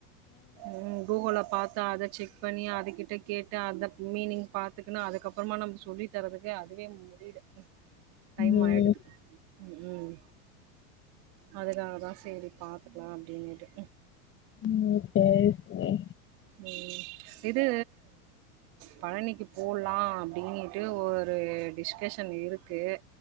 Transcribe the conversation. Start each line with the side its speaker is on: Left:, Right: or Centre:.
Right: ம் கூகோலா பாத் அத செக் பண்ணி அது கிட்ட கேட்டு அந்த மீனிங் பார்த்துக்குன்னு அதுக்கப்பறமா நம்ம சொல்லி தரறதுக்கு அது கே முடில டைம்
Left: ம்
Right: ஆகிடுது ம் ம் அதுக்காக தான் சரி பாத்துக்கலா அப்படின்னுட்டு
Left: ம் சேரி சேரி
Right: ம் இது பழனிக்கு போட்லா அப்டின்னுட்டு ஒரு டிஸ்கஷன் இருக்கு